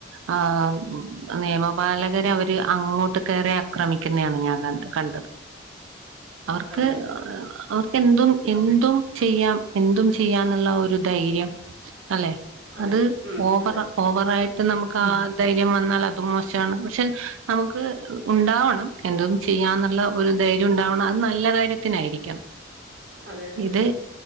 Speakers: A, on the right (about 80°); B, on the right (about 60°).
A: ആ നിയമപാലകര് അവര് അങ്ങോട്ട് കയറി ആക്രമിക്കുന്നയാണ് ഞാൻ കൺട് കണ്ടത്. അവർക്ക്
B: അതെ
A: <unintelligible> എന്തും എന്തും ചെയ്യാം. എന്തും ചെയ്യാന്നെള്ള ഒര് ധൈര്യം. അല്ലെ
B: അതെ
A: അത്
B: ഉം
A: ഓവറാ
B: അതെ
A: ഓവറായിട് നമുക്ക് ആ ധൈര്യം വന്നാൽ അതും മോശാണ്. പക്ഷെ നമുക്ക് ഉണ്ടാവണം എന്തും ചെയ്യാന്നള്ള ഒരു ധൈര്യം ഉണ്ടാവണം അത് നല്ല കാര്യത്തിനായിരിക്കണം
B: അതെ അതെ
A: ഇത്